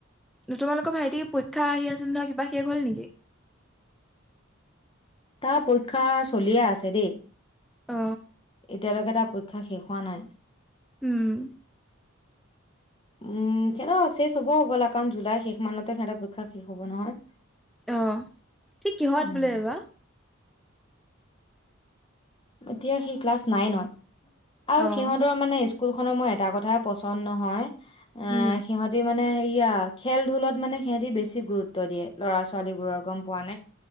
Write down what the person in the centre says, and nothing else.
তোমালোকৰ ভাইটি পৰীক্ষা আহি আছিল নহয় কিবা শেষ হ'ল নেকি?
অ
উম।
অ কি কিহত
বোলে এইবা।
অ',
উম,